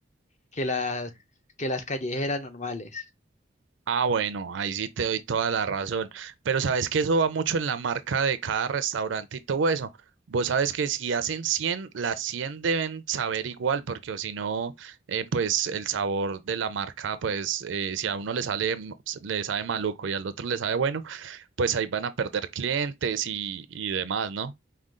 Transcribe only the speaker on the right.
Ah, bueno, ahí sí te doy toda la razón. Pero sabes que eso va mucho en la marca de cada restaurante y todo eso. Vos sabes que si hacen 100, las 100 deben saber igual, porque o si no, eh, pues el sabor de la marca, pues eh, si a uno le sale, m- le sabe maluco y al otro le sabe bueno, pues ahí van a perder clientes y, y demás, ¿no?